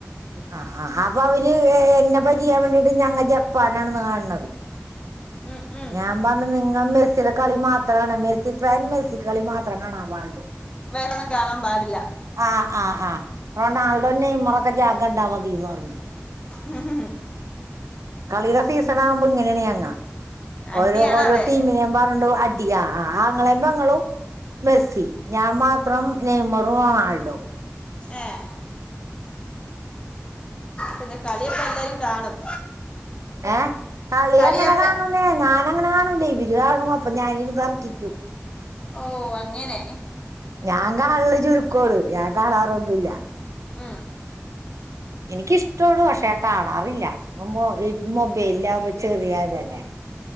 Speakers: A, on the right; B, on the left.
A: ആ ഹാ അപ്പൊ അവര് എ എന്ന പറ്റിക്കാൻ വേണ്ടിട്ട് ഞങ്ങ ജപ്പാനാണ് കാൺണത്
B: ഉം ഉം
A: ഞാ വന്ന് നിങ്ങൾ മെസ്സിയുടെ കളി മാത്രം കാണ മെസ്സി ഫാൻ മെസ്സി കളി മാത്രം കാണാൻ പാട്ള്ളൂ
B: വേറൊന്നും കാണാൻ പാടില്ല
A: ആഹ് ആഹ് ആഹ് റൊണാൾഡോ നെയ്മറ്ക്കെ ഞാൻ കണ്ടാമതിന്ന് പറഞ്ഞു
B: ഉം
A: കളിയുടെ സീസൺ ആവുമ്പൊ ഇങ്ങനേണ് ഞങ്ങ
B: അടിയാണ്
A: ഓരോ ഓരോ
B: അവിടെ
A: ടീമിനെ പറഞ്ഞോണ്ട് അ ടിയ ആഹ് ആങ്ങളേം പെങ്ങളും മെസ്സി ഞാൻ മാത്രം നെയ്മറും റൊണാൾഡോ
B: ഏഹ് പിന്നെ കളിയൊക്കെ എല്ലാരും കാണും
A: ഏഹ് കളി
B: കളിയപ്പ
A: അങ്ങനെ കാണൂലേ ഞാൻ അങ്ങനെ കാണൂലേ ഇ വര് കാണും അപ്പൊ ഞാന് ഇരുന്നു തർക്കിക്കും
B: ഓഹ് അങ്ങനെ
A: ഞാൻ കാണല് ചുരുക്കോണ് ഞാൻ കാണാറൊന്നുംല്ല
B: ഉം
A: എനിക്കിഷ്ട്ടോണ് പക്ഷെ കാണാറില്ല ഈ മൊബൈലില് ആകുമ്പൊ ചെറിയ ഇതല്ലേ